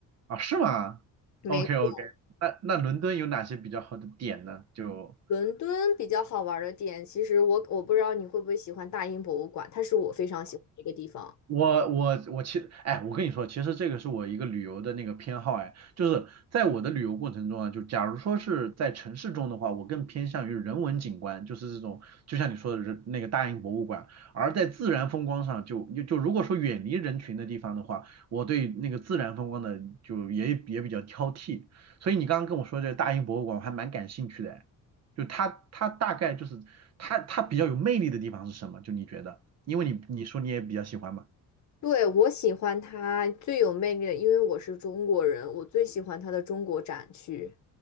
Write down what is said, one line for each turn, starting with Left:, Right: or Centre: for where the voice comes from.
Right: 啊是吗？OK
Left: 没错，
Right: OK，那那伦敦有哪些比较好的点呢？就
Left: 伦敦比较好玩儿的点，其实我我不知道你会不会喜欢大英博物馆，它是我非常喜欢的一个地方。
Right: 我我我其实，哎，我跟你说，其实这个是我一个旅游的那个偏好，哎，就是在我的旅游过程中啊，就假如说是在城市中的话，我更偏向于人文景观，就是这种，就像你说的人那个大英博物馆，而在自然风光上就，就就如果说远离人群的地方的话，我对那个自然风光的就也也比较挑剔，所以你刚刚跟我说这个大英博物馆，我还蛮感兴趣的，哎，就它它大概就是它它比较有魅力的地方是什么？就你觉得，因为你你说你也比较喜欢嘛。
Left: 对，我喜欢它最有魅力的，因为我是中国人，我最喜欢它的中国展区。